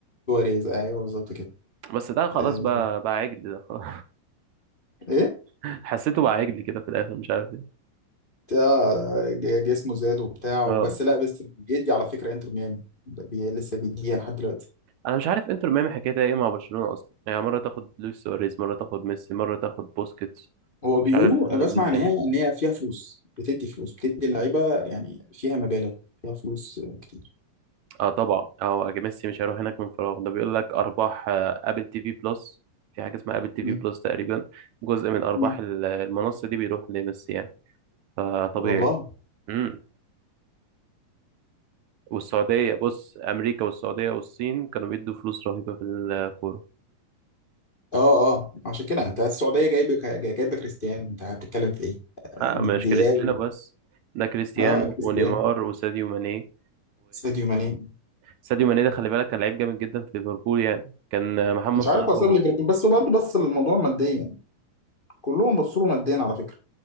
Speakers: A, on the left; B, on the right.
A: سواريز ايوه بالظبط كده
B: بس ده خلاص
A: آه
B: بقى بقى عجل ده خلاص.
A: ايه؟
B: <laughs> حسيته بقى عجل كده في الاخر مش عارف ايه
A: آه ج- جسمه زاد وبتاع
B: اه
A: بس لا بس بيدي على فكره انتر ميامي بي... لسه بيديها لحد دلوقتي
B: انا مش عارف انتر ميامي حكايتها ايه مع برشلونة اصلا يعني مرة تاخد لويس سواريز مرة تاخد ميسي مرة تاخد بوسكيتس
A: هو بيقولوا
B: مش عارف هذا
A: أنا بسمع
B: مين
A: ان
B: تاني
A: هي ان هي فيها فلوس بتدي فلوس بتدي اللعيبه يعني فيها مبالغ فيها فلوس آه، كتير
B: اه طبعا اه ميسي مش هيروح هناك من فراغ ده بيقول لك ارباح آه، ابل تي في بلس في حاجة اسمها ابل تي
A: م-
B: في بلس تقريبا جزء من ارباح
A: م-
B: ال- المنصة دي بيروح لميسي يعني فطبيعي
A: والله
B: امم والسعودية بص امريكا والسعودية والصين كانوا بيدوا فلوس رهيبة في الكورة
A: اه اه عشان كده انت السعوديه جايبه جايبه كريستيانو انت هتتكلم في ايه؟ آه،
B: آه
A: من
B: مش
A: دياو
B: كريستيانو بس ده كريستيانو
A: اه كريستيانو
B: ونيمار وساديو ماني
A: ساديو ماني
B: ساديو ماني ده خلي بالك كان لعيب جامد جدا في ليفربول يعني كان محمد
A: مش
B: صلاح
A: عارف اسباب
B: و...
A: ليفربول بس هو برضه بص للموضوع ماديا كلهم بصوا له ماديا على فكره